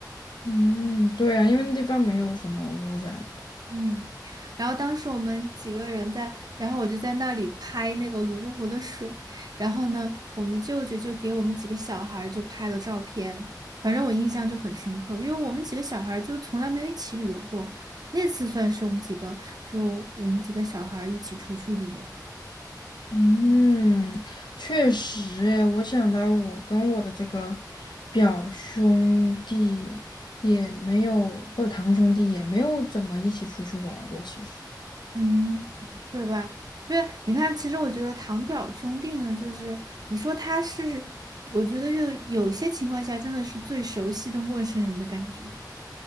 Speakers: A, on the left; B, on the right.
A: 嗯，对啊，因为那地方没有什么污染。
B: 嗯。然后当时我们几个人在，然后我就在那里拍那个泸沽湖的水，然后呢，我们舅舅就给我们几个小孩儿就拍了照片，反正我印象就很深刻，因为我们几个小孩儿就从来没有一起旅游过，那次算是我们几个，就我们几个小孩儿一起出去旅游。
A: 嗯，确实诶，我想到我跟我的这个表兄弟也没有，或者堂兄弟也没有怎么一起出去玩儿过。其实，
B: 嗯，对吧？因为你看，其实我觉得堂表兄弟呢，就是你说他是，我觉得就有些情况下真的是最熟悉的陌生人的感觉。